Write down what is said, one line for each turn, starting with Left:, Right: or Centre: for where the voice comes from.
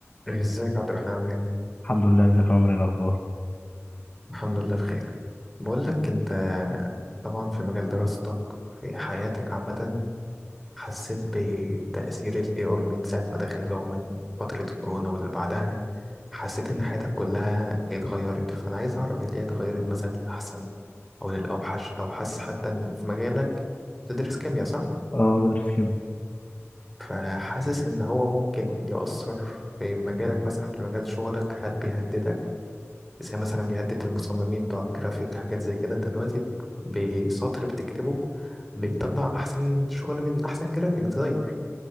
Centre: ازيك يا عبد الرحمن عامل ايه؟
Left: الحمد لله ازيك يا عمر ايه الاخبار
Centre: الحمد لله بخير بقول لك انت طبعا في مجال دراستك في حياتك عامة حسيت بتأثير ال AI من ساعة ما دخل اللي هو من فترة كورونا واللي بعدها حسيت ان حياتك كلها اتغيرت فانا عايز اعرف اللي هي اتغيرت مثلا للأحسن او للأوحش او حاسس حتى ان في مجالك تدرس كيمياء صح؟
Left: اه بدرس كيمياء
Centre: فحاسس ان هو ممكن يأثر في مجالك مثلا في مجال شغلك هل بيهددك زي مثلا بيهدد المصممين بتوع الجرافيك حاجات زي كده انت دلوقتي بسطر بتكتبه بيطلع احسن شغل من احسن جرافيك ديزاينر